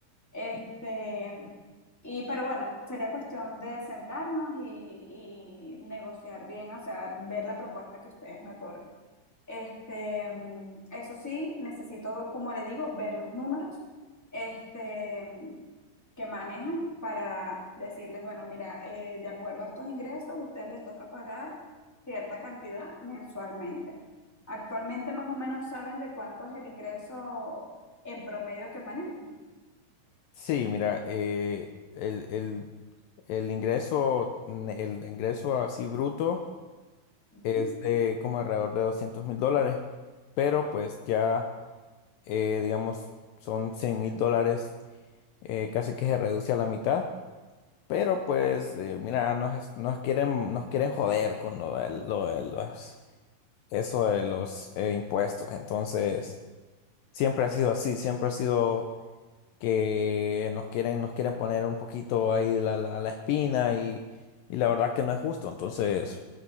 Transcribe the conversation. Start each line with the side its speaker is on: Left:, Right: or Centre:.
Centre: Este, y, pero bueno, sería cuestión de sentarnos y, y negociar bien, o sea, ver la propuesta que ustedes me otorgan. Este, mm, eso sí, necesito, como le digo, ver los números, este, mm, que manejan para decirles, bueno, mira, eh, de acuerdo a estos ingresos, a ustedes les toca pagar cierta cantidad mensualmente. Actualmente más o menos saben de cuánto es el ingreso en promedio que manejan.
Left: Sí, mira, eh, el, el, el ingreso el ingreso así bruto
Centre: Ujú.
Left: es de como alrededor de doscientos mil dólares pero pues ya eh, digamos, son cien mil dólares, eh, casi que se reduce a la mitad. Pero pues, eh, mira, nos, es- nos quieren, nos quieren joder con lo de, lo de los, eso de los eh, impuestos. Entonces, siempre ha sido así, siempre ha sido que nos quieren, nos quieren poner un poquito ahí la, la, la espina y, y la verdad que no es justo. Entonces,